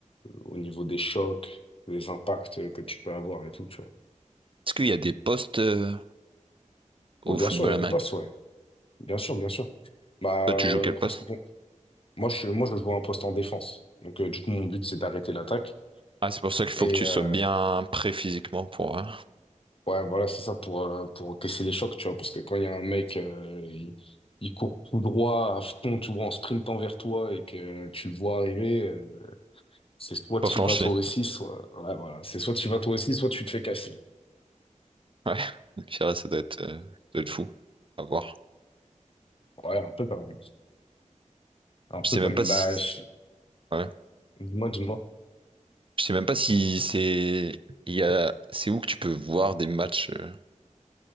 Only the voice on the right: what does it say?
Est-ce qu'il y a des postes euh, au
football
américain?
Toi,
tu joues quel poste?
Ah, c'est pour ça qu'il faut
que tu
sois bien prêt physiquement pour euh,
pas
flancher.
Ouais. <laughs> Pire, ça doit être, euh, ça doit être fou. À voir.
Je
sais
même
pas si.
Ouais.
Je sais même pas si c'est. Il y a. C'est où que tu peux voir des matchs. euh,